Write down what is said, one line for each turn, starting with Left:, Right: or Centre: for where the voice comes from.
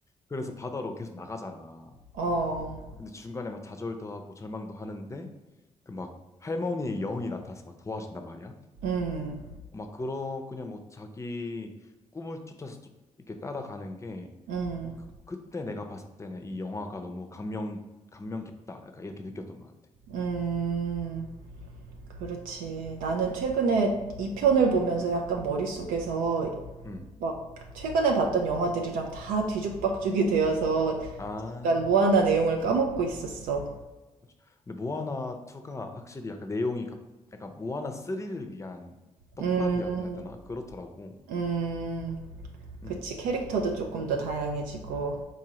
Left: 그래서 바다로 계속 나가잖아.
Right: 어.
Left: 근데 중간에 막 좌절도 하고 절망도 하는데 그 막 할머니의 영이 나타나서 막 도와준단 말이야.
Right: 음.
Left: 어, 막 그런 그냥 뭐 자기 꿈을 쫓아서 쫓- 이렇게 따라가는 게
Right: 음.
Left: 그, 그때 내가 봤을 때는 이 영화가 너무 감명 감명 깊다. 약간 이렇게 느꼈던 것 같아.
Right: 음. 그렇지. 나는 최근에 2 편을 보면서 약간 머릿속에서
Left: 음
Right: 막 최근에 봤던 영화들이랑 다 뒤죽박죽이 되어서
Left: 아.
Right: 약간 모아나 내용을 까먹고 있었어.
Left: 맞아. 근데 모아나 2가 확실히 약간 내용이 갑- 약간 모아나 3를 위한 떡밥이었다
Right: 음.
Left: 해야 되나? 그렇더라고.
Right: 음. 그치.
Left: 음.
Right: 캐릭터도 조금 더 다양해지고.